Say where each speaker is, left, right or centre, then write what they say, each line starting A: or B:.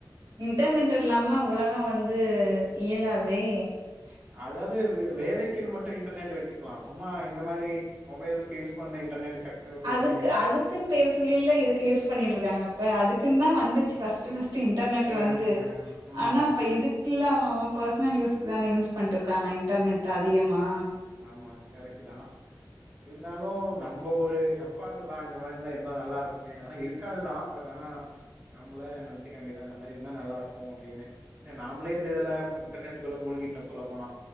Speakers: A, on the right (about 80°); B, on the right (about 25°).
A: இன்டர்நெட் இல்லாம உலகோ வந்து இயலாது தே
B: அதாவது வே வேலைக்குன்னு மட்டு இன்டர்நெட் வெச்சுக்கலா சும்மா இந்த மாரி மொபைல்க்கு யூஸ் பண்ணி இன்டர்நெட் கட் பண்ணி விட்டுருவோமே
A: அதுக் அதுதுக்குன்னு பேர சொல்லீயல்ல இதுக்கு யூஸ் பண்ணிட்டு இருக்காங்க இப்ப அதுக்குன்தா வந்துச்சு ஃபர்ஸ்ட் ஃபர்ஸ்ட் இன்டர்நெட்
B: ஆ
A: வந்து
B: ஆ உண்மதா
A: ஆனா இப்ப இதுக்கில்லா வ அவுங்க ப்ர்ஸ்னல் யூஸ்க்குதான யூஸ் பண்ட்டுருக்காங்க இன்டர்நெட் அதிகமா
B: ஆமா கரெக்ட்டுதா இருந்தாலு நம்ப ஒரு நப்பாச தா இந்த மாரிலா இருந்த நல்லா இருக்குமேனு ஆனா இருக்காது தா பட் ஆனா நம்பளே நெனச்சிக்க வேண்டி தா இந்த மாரி இருந்தா நல்லா இருக்கு அப்டினு ஏ நாம்ளே இந்த இதுல இன்டர் நெட்டுக்குள்ள மூழ்கிட்டோ சொல்ல போனா